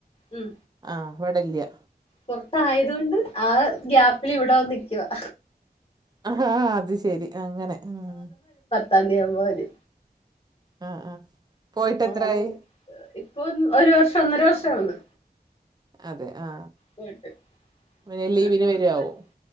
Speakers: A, on the left; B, on the right.
A: ഉം.
B: ആ വെടല്യ.
A: പുറത്ത് ആയതോണ്ട് ആ ഗ്യാപ്പിൽ ഇവിടെ വെന്ന് നിൽക്കുവാ.
B: ആഹ് അത് ശെരി അങ്ങനെ ഉം.
A: തലിയ മാര്.
B: ആഹ് ആഹ്‌ പോയിട്ട് എത്രായി?
A: ഓണം ഇപ്പൊ ഒരു വർഷം ഒന്നര വർഷ ആവ്ന്ന്.
B: അതെ ആ.
A: പോയിട്ട്
B: പിന്നെ
A: <unintelligible>
B: ലീവിന് വരാവും